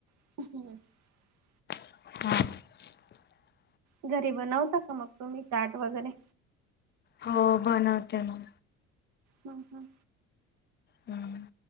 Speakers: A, on the right; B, on the left.
A: <unintelligible>
B: <unintelligible>
A: घरी बनवता का मग तुम्ही चाट वगैरे
B: हो बनवते म
A: हं हं
B: हम्म.